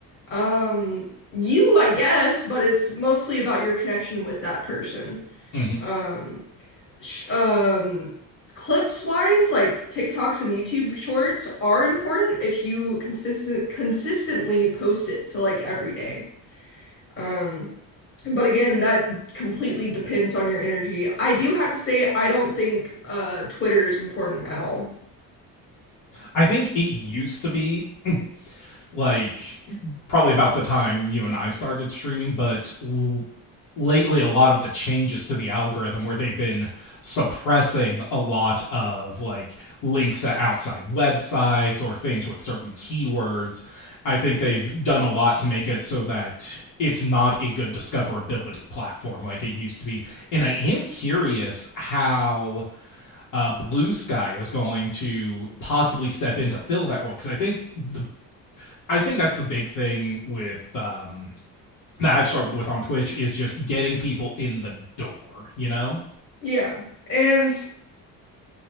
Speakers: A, on the left; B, on the left.
A: um, you, I guess, but it's mostly about your connection with that person.
B: Mm-hmm.
A: Um, sh- um clips wise, like TikToks and YouTube shorts are important if you consistent consistently post it, so like every day. Um but again, that completely depends on your energy. I do have to say I don't think uh Twitter is important at all.
B: I think it used to be like probably about the time you and I started streaming, but l- lately a lot of the changes to the algorithm where they've been suppressing a lot of like links to outside websites or things with certain keywords. I think they've done a lot to make it so that it's not a good discoverability platform like it used to be. And I am curious how uh, Blue Sky is going to possibly step in to fill that role because I think the I think that's the big thing with um, that I've struggled with on Twitch is just getting people in the door. You know,
A: Yeah. And